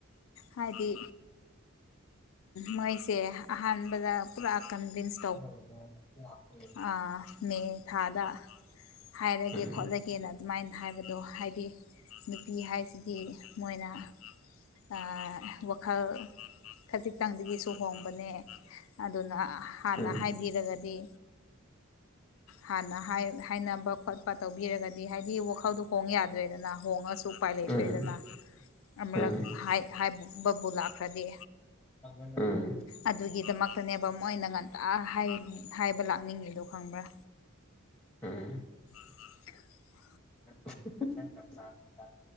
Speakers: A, on the left; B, in the centre.
A: ꯍꯥꯏꯗꯤ ꯃꯣꯏꯁꯦ ꯑꯍꯥꯟꯕꯗ ꯄꯨꯔꯥ ꯀꯟꯚꯤꯟꯁ
B: ꯍ <inaudible>
A: ꯑꯥ ꯃꯦ ꯊꯥꯗ ꯍꯥꯏꯔꯒꯦ
B: ꯎꯝ
A: ꯈꯣꯠꯂꯒꯦꯅ ꯑꯗꯨꯃꯥꯏꯅ ꯍꯥꯏꯕꯗꯣ ꯍꯥꯏꯗꯤ ꯅꯨꯄꯤ ꯍꯥꯏꯁꯤꯗꯤ ꯃꯣꯏꯅꯥ ꯑꯥ ꯋꯥꯈꯜ ꯈꯖꯤꯛꯇꯪꯗꯒꯤꯁꯨ ꯍꯣꯡꯕꯅꯦ ꯑꯗꯨꯅ ꯍꯥꯟꯅ
B: ꯎꯝ
A: ꯍꯥꯏꯕꯤꯔꯒꯗꯤ ꯍꯥꯟꯅ ꯍꯥꯏꯅꯕ ꯈꯣꯠ ꯈꯔ ꯇꯧꯕꯤꯔꯒꯗꯤ ꯍꯥꯏꯗꯤ ꯋꯥꯈꯜꯗꯣ ꯍꯣꯡ ꯌꯥꯗ꯭ꯔꯦꯗꯅ ꯍꯣꯡꯉꯁꯨ ꯎꯄꯥꯏ ꯂꯩꯇ꯭ꯔꯦꯗꯅ
B: ꯎꯝ
A: ꯑꯃꯂꯛ
B: ꯎꯝ
A: ꯍꯥꯏ ꯍꯥꯏꯕꯕꯨ ꯂꯥꯛ ꯈ꯭ꯔꯗꯤ
B: ꯎꯝ
A: ꯑꯗꯨꯒꯤꯗꯃꯛꯇꯅꯦꯕ ꯃꯣꯏꯅ ꯉꯟꯇ ꯍꯥꯏ ꯍꯥꯏꯕ ꯂꯥꯛꯅꯤꯡꯉꯤꯗꯨ ꯈꯪꯕ꯭ꯔꯥ
B: ꯎꯝ
A: <unintelligible>
B: <unintelligible>